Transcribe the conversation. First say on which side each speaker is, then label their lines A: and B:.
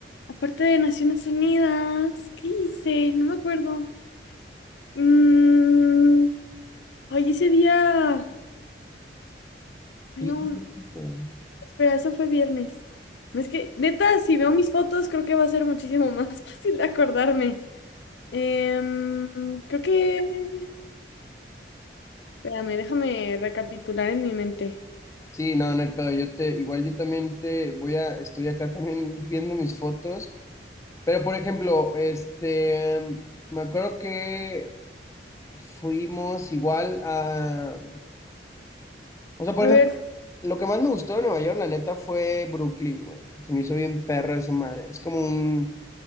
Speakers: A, on the left; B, on the left.
A: aparte de Naciones Unidas, ¿qué hice? No me acuerdo. Mm, ay, ese día. Ay,
B: Sí,
A: no.
B: sí, sí. sí. sí.
A: Espera, eso fue viernes. No es que, neta, si veo mis fotos, creo que va a ser muchísimo más <laughs> fácil acordarme. Em, creo que. Espérame, déjame recapitular en mi mente.
B: Sí, no, no hay pedo. Yo te, igual yo también te voy a, estoy acá también viendo mis fotos. Pero por ejemplo, este, em, me acuerdo que fuimos igual a, o sea, por
A: A
B: ejemplo,
A: ver,
B: lo que más me gustó de Nueva York, la neta, fue Brooklyn, güey. Se me hizo bien perra esa madre. Es como un,